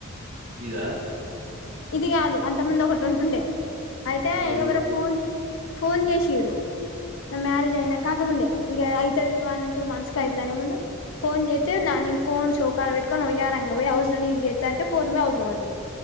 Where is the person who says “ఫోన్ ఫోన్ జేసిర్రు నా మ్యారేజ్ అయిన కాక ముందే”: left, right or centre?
Left